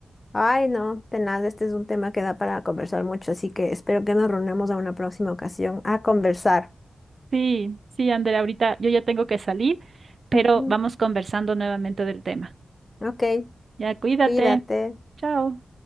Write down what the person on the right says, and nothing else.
Sí, sí, Ander, ahorita yo ya tengo que salir, pero
vamos conversando nuevamente del tema.
Ya, cuídate.
Chao.